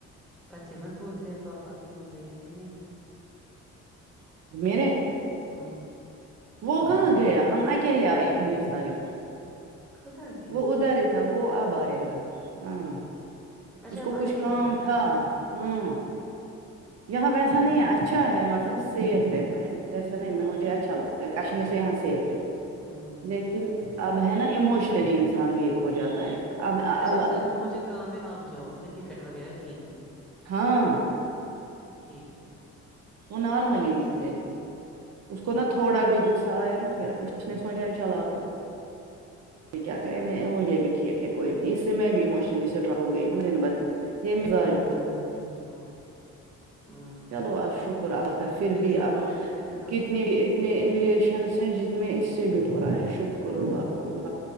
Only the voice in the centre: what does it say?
بچے مت بولتے ہیں پاپا کیوں گئے کہ نہیں
ہمم
خدا کی
قسم
اچھا
آپ اکیلے
آئے
ٹھیک
ٹھیک
ہوں
اچھا اس نے کہا مجھے کام ہے آپ جاؤ اس نے ٹکٹ وغیرہ کی تھی
ٹھیک ٹھیک ٹھیک
ٹھیک
ٹھیک ٹھیک
ہمم ہاں ہوں
اس
کو
پھر ہوں